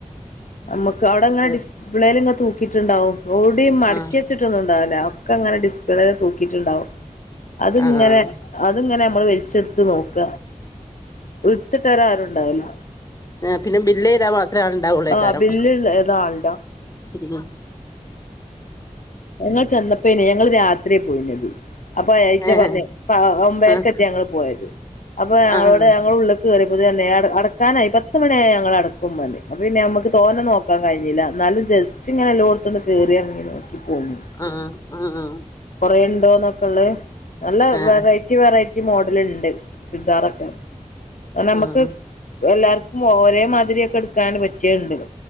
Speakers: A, on the left; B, on the left.
A: ആഹ് നമുക്ക് അവടെ ഇങ്ങനെ
B: അത്
A: ഡിസ്പ്ലേലേങ്ങ് തൂക്കിയിട്ടുണ്ടാവും. എഔടിം മടക്കി
B: ആഹ്
A: വെച്ചിട്ടൊന്നും ഉണ്ടാവുല ഒക്കെ ഇങ്ങനെ ഡിസ്പ്ലേ തൂക്കിയിട്ടുണ്ടാവും. അത്ങ്ങനെ
B: ആഹ്
A: അത്ങ്ങനെ നമ്മള് വലിച്ചെടുത്ത് നോക്ക. ഇട്ത്ത് തരാൻ ആരും ഇണ്ടാവുല.
B: ഏഹ് പിന്നെ ബില്ല് ചെയ്താൽ മാത്രേ ആള് ഇണ്ടാവുള്ളേക്കാരം.
A: ആ ബില്ലുള്ള ഏതാ ആളുണ്ടോ
B: ഹ് ഹാ
A: ഞങ്ങൾ ചെന്നപ്പേനി ഞങ്ങള് രാത്രിയാ പോയിനത്. അപ്പൊ അയ്റ്റ
B: ഏഹ്
A: പറഞ്ഞ് ഇപ്പ ഒമ്പേരക്കെറ്റേ
B: ആഹ്
A: ഞങ്ങള് പോയത് അപ്പൊ ഞങ്ങളോട്
B: ആഹ്
A: ഞങ്ങള് ഉള്ള് കയറിയപ്പോത്തിന് പർഞ്ഞ് അട അടക്കാനായി പത്ത് മണിയായി ഞങ്ങൾ അടക്കും പർഞ്ഞ് അപ്പോ പിന്നെ നമ്മക്ക് തോനേ നോക്കാൻ കഴിഞ്ഞില്ല. ഇന്നാലും ജസ്റ്റ് ഇങ്ങനെ എല്ലോട്ത്ത്ന്ന് കേറി എറങ്ങി നോക്കി പോന്നു.
B: അഹ് ആഹ് ആഹ് ആഹ്
A: കൊറെ ഇണ്ടോന്നൊക്കെള്ളേ നല്ല
B: ആഹ്
A: വെറൈറ്റി വെറൈറ്റി മോഡല് ഇണ്ട്. ചുരിദാറൊക്കെ അഹ് നമ്മുക്ക്
B: ആഹ്
A: എല്ലാർക്കും ഒരേ മാതിരിയക്കെ ഇടുക്കാൻ പറ്റിയേ ഇണ്ട്.